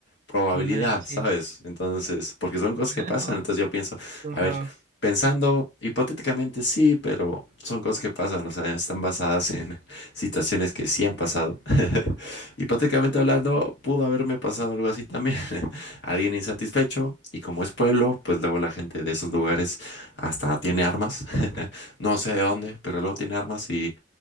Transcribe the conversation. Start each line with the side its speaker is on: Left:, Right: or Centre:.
Left: probabilidad,
Right: No manches,
Left: ¿sabes? Entonces, porque son cosas
Right: <laughs>
Left: que pasan,
Right: no,
Left: entonces yo pienso,
Right: qué horror.
Left: a ver, pensando hipotéticamente sí, pero son cosas que pasan, o sea, están basadas en <laughs> situaciones que sí han pasado. <laughs> Hipotéticamente hablando, pudo haberme pasado algo así también. <laughs> Alguien insatisfecho, y como es pueblo, pues luego la gente de esos lugares hasta tiene armas, <laughs> no sé de dónde, pero luego tiene armas y